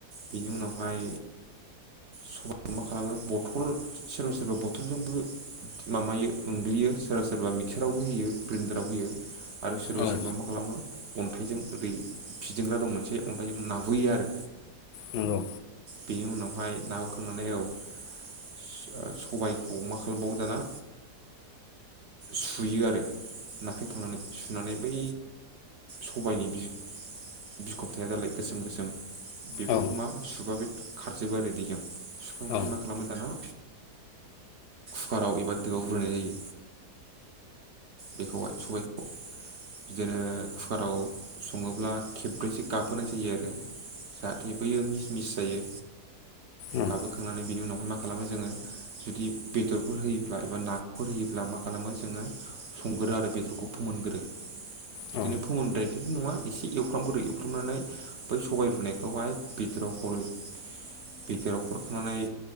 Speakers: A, on the right; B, on the left.
A: बेनि उनावहाय सबाय खौ मा खालामो? बथल सोरबा सोरबा बथलजोंबो मामायो उनग्लियो। सोरबा मिक्सारावबो होयो ग्रेन्डाराव होयो आरो सोरबा
B: औ
A: सोरबा मा खालामो अन्थाइजों बै फिदिंग्रा दं मोनसे अन्थाइजों नाहयो आरो
B: नंगौ
A: बेनि उनावहाय नाहोखांनानै औ स सबायखौ मा खालामबावो दाना सु सुयो आरो नाख्रेखांनानै सुनानै बै सबायनि बिख बिखबथाया दालाय गोसोम गोसोम बेफोरखौ
B: औ
A: मा सुबा बे खारजोबो आरो दैजों सुखांनानै
B: औ
A: मा खालामो दाना कुकाराव एबा दोआव होनाय जायो। बेखौहाय सबायखौ बिदिनो कुकाराव सङोब्ला खेब्रैसो गाबहोनाय जायो आरो जाहाथे बैयो मिस मिस जायो
B: उम
A: गाबहोखांनानै बिनि उनावहाय मा खालामो जोङो जुदि बेदरफोर होयोब्ला एबा नाफोर होयोब्ला मा खालामो जोङो संगोरो आरो बेदरखौ फोमोनग्रो बिदिनो
B: औ
A: फोमोनद्रायदिथ' नङा एसे एवफ्राम गुरै एवफ्रामनानै बै सबाय रुनायखौहाय बेदराव हरो बेदराव हरखांनानै